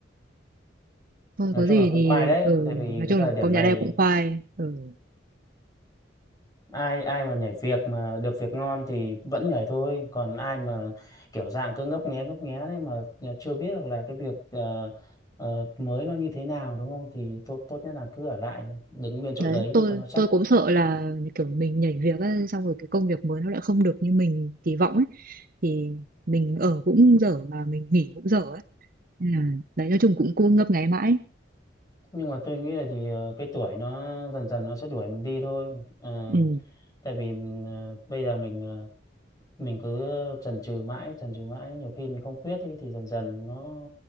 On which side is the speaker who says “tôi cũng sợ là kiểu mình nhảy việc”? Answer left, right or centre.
Right